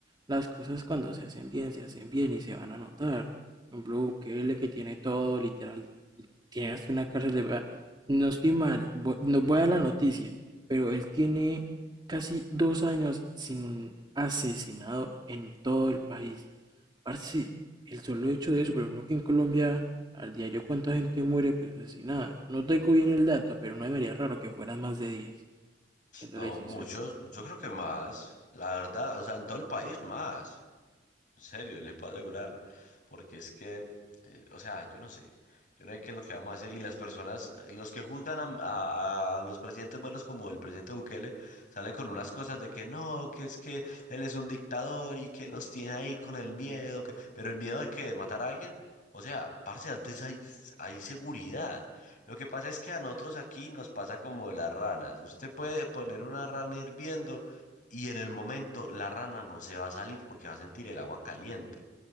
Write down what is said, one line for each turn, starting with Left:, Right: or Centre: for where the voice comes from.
Right: Las cosas cuando se hacen bien, se hacen bien y se van a notar. Por ejemplo, Bukele que tiene todo, literal, tiene hasta una cárcel de... verdad. No estoy mal, vo- no voy a la noticia, pero él tiene casi dos años sin un asesinado en todo el país. Parce, el solo hecho de eso, pero no que en Colombia al diario cuánta gente muere, pues asesinada. No tengo bien el dato, pero no me haría raro que fueran más de 10, siéndole
Left: No,
Right: sincero.
Left: muchos, yo creo que más, la verdad, o sea, en todo el país más. En serio, le pasa a curar. Porque es que, eh, o sea, yo no sé. Yo no sé qué es lo que vamos a hacer. Y las personas, eh, los que juzgan a, a- a los presidentes buenos como el presidente Bukele, salen con unas cosas de que no, que es que él es un dictador y que los tiene ahí con el miedo. que- Pero el miedo de que de matar a alguien. O sea, parce, antes hay, hay seguridad. Lo que pasa es que a nosotros aquí nos pasa como las ranas. Usted puede poner una rana hirviendo y en el momento la rana no se va a salir porque va a sentir el agua caliente.